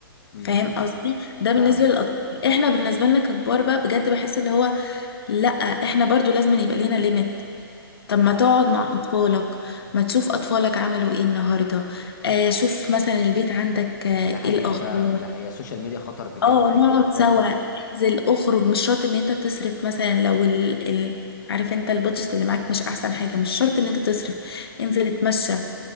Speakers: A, on the left (about 50°); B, on the left (about 80°).
A: امم
B: فاهم قصدي ده بالنسبه
A: فاهمك
B: للاطفال احنا بالنسبه لنا ككبار بقى بجد بحس اللي هو لا احنا برضو لازم يبقى لينا ليميت طب ما
A: صح
B: تقعد مع اطفالك ما تشوف اطفالك عملوا ايه النهارده آه شوف مثلا البيت عندك آه
A: ده
B: ايه
A: حقيقة
B: الاخبار
A: فعلا ده حقيقة السوشيال ميديا خطر بجد
B: اه
A: جدا
B: نقعد سوا انزل اخرج مش شرط ان انت تصرف مثلا لو ال... ال... عارف انت البادجت اللي معاك مش احسن حاجة مش شرط ان انت تصرف انزل اتمشى